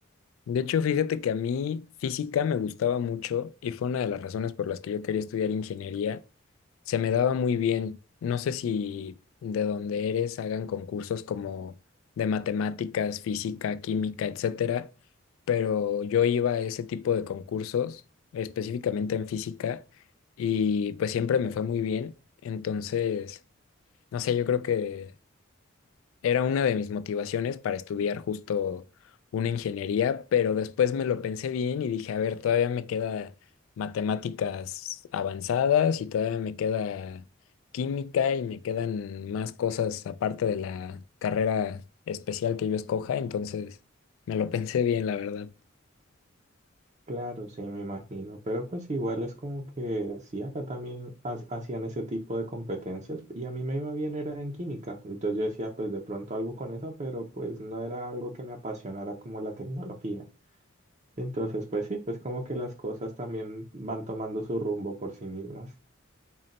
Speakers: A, on the left; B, on the right.
A: De hecho, fíjate que a mí física me gustaba mucho y fue una de las razones por las que yo quería estudiar ingeniería, se me daba muy bien. No sé si de donde eres hagan concursos como de matemáticas, física, química, etcétera, pero yo iba a ese tipo de concursos, específicamente en física, y pues siempre me fue muy bien. Entonces, no sé, yo creo que era una de mis motivaciones para estudiar justo una ingeniería, pero después me lo pensé bien y dije, a ver, todavía me queda matemáticas avanzadas y todavía me queda química y me quedan más cosas aparte de la carrera especial que yo escoja, entonces me lo <laughs> pensé bien, la verdad.
B: Claro, sí, me imagino. Pero pues igual es como que sí, acá también ha- hacían ese tipo de competencias y a mí me iba bien era en química. Entonces yo decía, pues de pronto algo con eso, pero pues no era algo que me apasionara como la tecnología. Entonces, pues sí, pues como que las cosas también van tomando su rumbo por sí mismas.